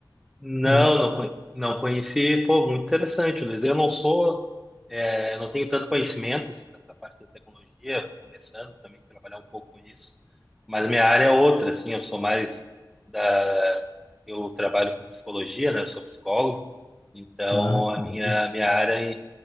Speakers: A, in the centre; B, on the left.
A: Não,
B: né?
A: não, con- não conheci. Pô, muito interessante, Luiz. Eu não sou, é, não tenho tanto conhecimento assim nessa parte da tecnologia. Estou começando também a trabalhar um pouco com isso, mas minha área é outra, assim. Eu sou mais da, eu trabalho com psicologia, né? Eu sou psicólogo, então
B: Ah, que
A: a
B: bom.
A: minha minha área é